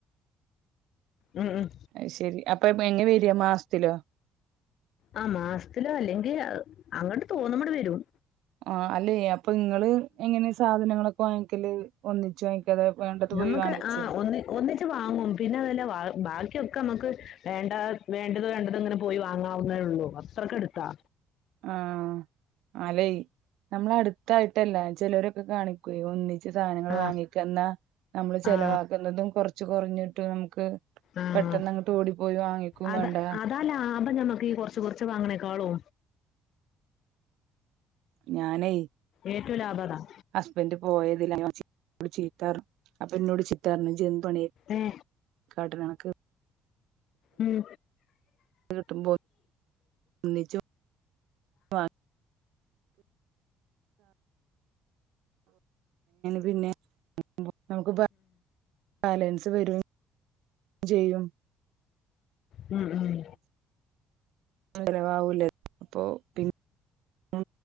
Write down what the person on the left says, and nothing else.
ഉം ഉം
ആ മാസത്തിലോ അല്ലെങ്കിൽ അങ്ങോട്ട് തോന്ന്പടെ വരും
ഞമ്മുക്ക്
ആ ഒന്ന ഒന്നിച്ച് വാങ്ങും പിന്നെ അല്ല ബാക്കി ഒക്കെ നമ്മുക്ക് വേണ്ട വേണ്ടത് വേണ്ടത് ഇങ്ങനെ പോയി വാങ്ങാവുന്നേ ഉള്ളൂ അത്രൊക്കെ എടുത്താ
ആ
ആ
ആഹ
അത
അതല്ല ആപ്പം നമ്മക്ക് കുറച്ച് കുറച്ച് വാങ്ങണേക്കളോ
ഏറ്റവും ലാഭകം
ഏ
ഉം
ഉം ഉം